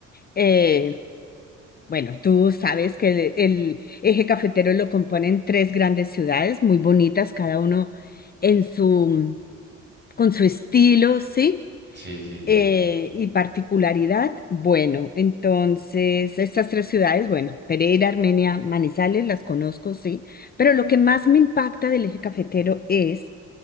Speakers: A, on the left (about 30°); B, on the right (about 35°).
A: Eh, bueno, tú sabes que el, el eje cafetero lo componen tres grandes ciudades muy bonitas, cada uno en su, con su estilo, ¿sí?
B: Sí, sí, sí.
A: Eh, y particularidad, bueno, entonces estas tres ciudades, bueno, Pereira, Armenia, Manizales, las conozco, sí, pero lo que más me impacta del eje cafetero es